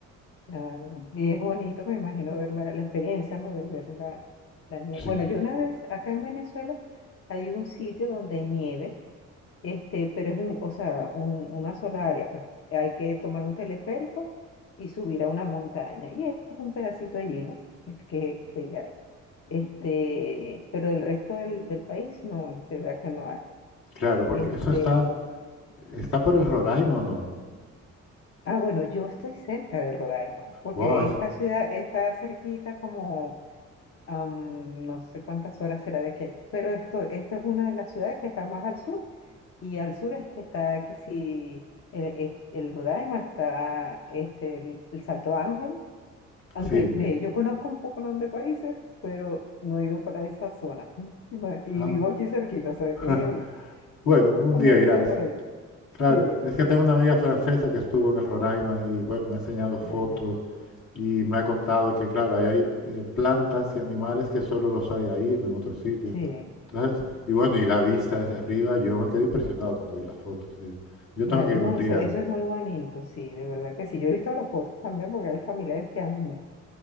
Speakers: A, on the left; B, on the left.
A: Ah, ya. y es bonito, me imagino, ver la, la experiencia, ¿no? De ver la, la nieve.
B: Sí,
A: Bueno, yo una vez, acá en Venezuela, hay un sitio donde hay nieve, este, pero es un, o sea, un- una sola área, pues. Hay que tomar un teleférico y subir a una montaña. Y es un pedacito allí, ¿no? Es Que, que hay. Este, pero el resto del, del país, no, este, de verdad que no hay.
B: claro, porque
A: Este,
B: eso está, está por el Roraima o no.
A: ah, bueno, yo estoy cerca de Roraima, porque
B: Wow, es-
A: esta ciudad está cerquita como am, no sé cuántas horas será de aquí a allá, pero esto, esto es una de las ciudades que está más al sur y al sur es que está que si el, es- el Roraima está este, el, el Salto Ángel, aunque
B: sí.
A: ve, yo conozco un poco de países, pero no he ido para esa zona <laughs> Ima- y
B: Ah,
A: vivo aquí cerquita, o sea
B: <laughs>
A: que es
B: Bueno, un
A: como
B: día
A: dicen
B: irás.
A: por ahí,
B: Claro,
A: sí,
B: es
A: es
B: que tengo una amiga francesa que estuvo en el Roraima y bueno, me ha enseñado fotos
A: allá,
B: Y me ha contado que, claro, ahí hay eh, plantas y animales que solo los hay ahí, no en otros sitios.
A: sí.
B: Entonces, y bueno, y la vista desde arriba, yo me quedé impresionado cuando vi las fotos. eh. Yo
A: Claro,
B: tengo que ir
A: no,
B: un
A: eso,
B: día.
A: eso es muy bonito, sí, de verdad que sí. Yo he visto las fotos también porque hay familiares que han,